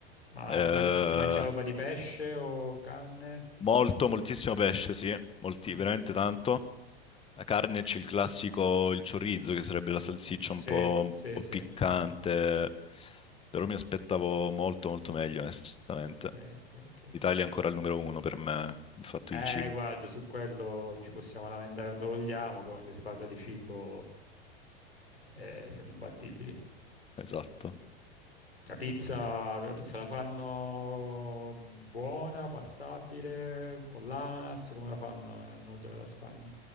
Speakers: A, on the left; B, on the left.
A: Ma
B: Eh,
A: si, ma- si mangia roba di pesce o carne?
B: molto, moltissimo pesce, sì, molti,
A: Mm.
B: veramente tanto. La carne c'è il classico, il chorizo, che sarebbe la salsiccia
A: Oh, sì,
B: un po', un
A: sì,
B: po'
A: sì.
B: piccante, però mi aspettavo molto, molto meglio, onestamente.
A: Ok, ok, ok.
B: L'Italia è ancora il numero uno per me, il fatto
A: Eh,
B: di cibo.
A: guarda, su quello ci possiamo lamentare quando vogliamo, però quando si parla di cibo eh, siamo imbattibili.
B: Esatto.
A: La pizza, la pizza la fanno buona, passabile, con l'ananas, come la fanno nel nord della Spagna?